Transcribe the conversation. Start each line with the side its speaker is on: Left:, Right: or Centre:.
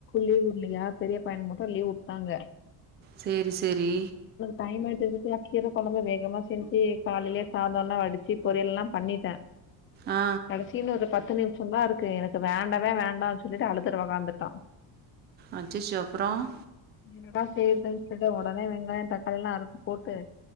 Left: லீவ் இலையயா பெரிய பையனு மட்டும் லீவ் விட்டாங்க
Right: செரி செரி
Left: தைமதுல கீர குழம்பு வேகமா செஞ்சு காலையிலயே சாதம் எல்லாம் அடிச்சு பொரியல் எல்லாம் பண்ணிட்டேன்
Right: ஆ
Left: கடைசினு பத்து நிமிஷம் தான் இருக்கு எனக்கு வேண்டவே வேண்டாம்னு சொல்லிட்டு அழுதுற உகாந்துட்டோம்
Right: அசிச்சுசு அப்பறம்
Left: என்னட செய்யறதுன்னு சொல்லிட்டு உடனே வெங்காயம் தக்காளி எல்லாம் அறுத்து போட்டு